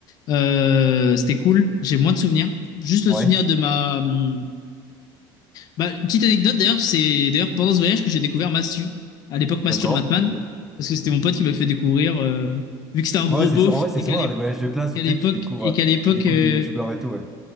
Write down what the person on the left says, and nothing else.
Euh, c'était cool. J'ai moins de souvenirs. Juste le
souvenir de ma. hum, Bah, une petite anecdote d'ailleurs, c'est d'ailleurs pendant ce voyage que j'ai découvert Mastu. À l'époque, Mastur
Batman.
Parce que c'était mon pote qui m'a fait découvrir. euh, Vu que c'était un
gros
beauf
et
qu'à l'ép-
et qu'à
l'époque.
Et
qu'à l'époque.
euh,